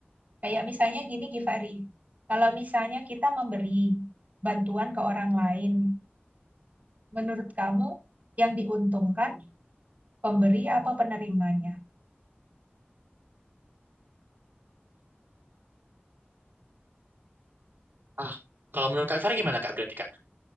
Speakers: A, on the right; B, on the right.
A: Kayak misalnya gini Givari, kalau misalnya kita memberi bantuan ke orang lain, menurut kamu yang diuntungkan pemberi apa penerimanya?
B: Ah, kalau menurut kak Fira gimana kak berarti kak?